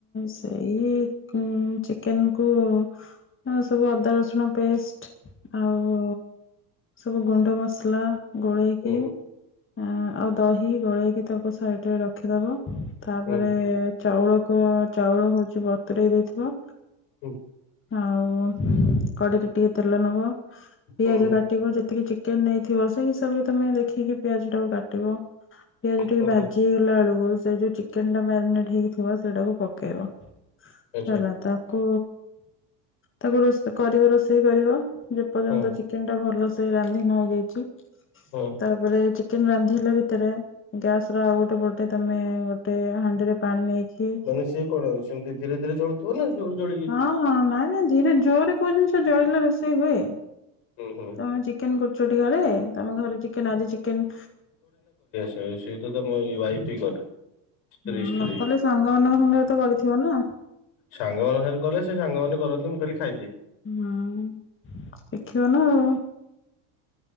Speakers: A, on the left; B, on the left.
A: ସ ଏଇ କଁ ଚିକେନ କୁ ଆଉ ସବୁ ଅଦା ରସୁଣ ପେଷ୍ଟ ଆଉ ସବୁ ଗୁଣ୍ଡ ମସଲା ଗୋଲେଇ
B: ହୁଁ
A: ଇ
B: ହୁଁ
A: ଆଉ ଦହି ଗୋଳେଇକି ତାକୁ ସାଇଟିରେ ରଖିଦବ। ତାପରେ
B: ହୁଁ
A: ଚାଉଳକୁ ଚାଉଳ ହଉଚି ବତରେଇ ଦେଇଥିବ।
B: ହୁଁ।
A: ଆଉ କଡେଇରେ ଟିକେ ତେଲ ନବ ପିଆଜ
B: ହୁଁ ହୁଁ
A: କାଟି ଟିବ ଯେତିକି ଚିକେନ ନେଇଥିବ ସେଇ ହିସାବରେ ତମେ ଦେଖିକି ପିଆଜଟାକୁ କାଟିବ। ପିଆଜ ଟିକେ
B: ହୁଁ
A: ଭାଜି
B: ହୁଁ
A: ହେଇଗଲା ବେଳୁକୁ ସେ ଯୋଉ ଚିକେନ୍ ଟା ମ୍ୟାରିନେଟ୍ ହେଇକି ଥିବ ସେଇଟାକୁ ପକେଇବ।
B: ଆଚ୍ଛା
A: ହେଲା ତ ତାକୁ ତାକୁ ରୋଷେ କରିବ ରୋଷେଇ କରିବ ଯେପର୍ଯ୍ୟନ୍ତ
B: ହଁ
A: ଚି କେନ୍ ଟା ଭଲସେ ରାନ୍ଧି ନହେଇଯାଇଚି।
B: ହୁଁ।
A: ତାପରେ ଚିକେନ୍ ରାନ୍ଧିହେଲା ଭିତରେ ଗ୍ୟାସର ଆଉ ଗୋଟେ ପ ଟେ ତମେ ଗୋଟେ ହାଣ୍ଡିରେ ପାଣି ନେଇକି
B: ମାନେ ସିଏ କଣ ଆଉ ସେମତି ଧୀରେ ଧୀରେ ଜଳୁ <unintelligible>
A: ହଁ ହଁ ନାଇଁ ନାଇଁ ଧୀରେ ଜୋରରେ କଉ ଜିନିଷ ଜଳିଲେ ରୋଷେଇ ହୁଏ?
B: ହୁଁ ହୁଁ
A: ତମେ ଚିକେନ କରୁଛ ଟି ଘରେ ତମ ଘରେ ଚିକେନ ଆଜି ଚିକେନ।
B: ଏଁ ସେ ତ ତମ ଇଏ ୱାଇଫି କରେ। ସ୍ତ୍ରୀ
A: ହଁ
B: ସ୍ତ୍ରୀ
A: ନ କଲେ ସାଙ୍ଗମାନଙ୍କ ସାଙ୍ଗରେ ତ କରିଥିବ ନା?
B: ସାଙ୍ଗ ମାନ ସାଙ୍ଗରେ କଲେ ସେ ସାଙ୍ଗ ମାନେ କରନ୍ତି ମୁଁ ଖାଲି ଖାଇଦିଏ।
A: ହଁ ଶିଖିବ ନା। ଆଉ